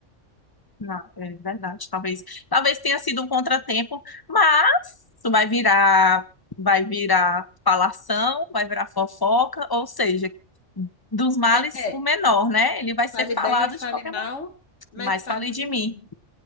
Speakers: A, on the left; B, on the left.
A: Na- é verdade, talvez, talvez tenha sido um contratempo, mas isso vai virar, vai virar falação, vai virar fofoca, ou seja, dos males
B: É,
A: o menor, né? Ele vai ser
B: fale
A: falado
B: bem ou fale
A: de qualquer
B: mal,
A: maneira.
B: mas
A: Mas
B: fale
A: falei de
B: de mim.
A: mim.